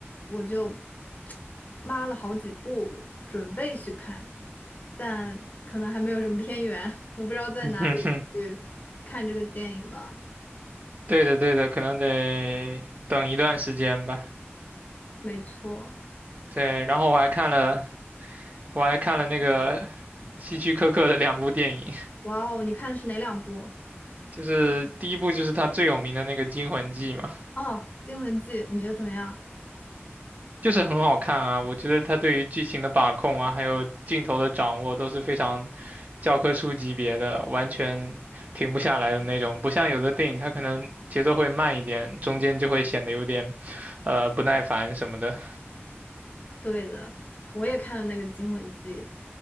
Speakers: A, on the left; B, on the right.
A: 我就抹了好几部，准备去看，但可能还没有什么片源，<laughs> 我不知道在哪里去看这个电影吧。
B: <laughs> 哼哼，对的对的，可能得等一段时间吧。
A: 没错，
B: 对，然后我还看了我还看了那个希区柯克的两部电影，
A: 哇哦，你看的是哪两部？
B: 就是第一部就是他最有名的那个《惊魂记》嘛。
A: 哦，《惊魂记》，你觉得怎么样？
B: 就是很好看啊，我觉得他对于剧情的把控啊，还有镜头的掌握都是非常教科书级别的，完全停不下来的那种。不像有的电影，它可能节奏会慢一点，中间就会显得有点呃不耐烦什么的。
A: 对的，我也看了那个《惊魂记》。